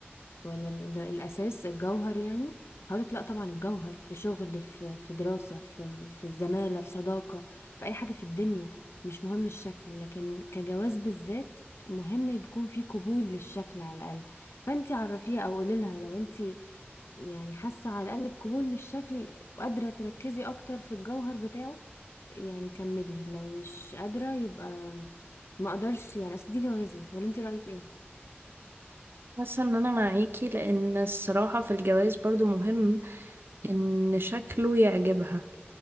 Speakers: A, on the left (about 90°); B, on the right (about 60°).
A: ولا ال ال- الأساس الجوهر يعني هقولك لا طبعا الجوهر في شغل في في دراسة في في زمالة في صداقة في أي حاجة في الدنيا مش مهم الشكل لكن كجواز بالذات مهم يكون في قبول للشكل على الأقل فأنتي عرفيها أو قولي لها لو أنتي يعني حاسة على الأقل بقبول للشكل وقادرة تركزي أكتر في الجوهر بتاعه يعني كملي لو مش قادرة يبقى ما اقدرش يعني اصل دي جوازة ولا انت رأيك ايه
B: حاسة ان انا معاكي لان الصراحة في الجواز برضو مهم ان شكله يعجبها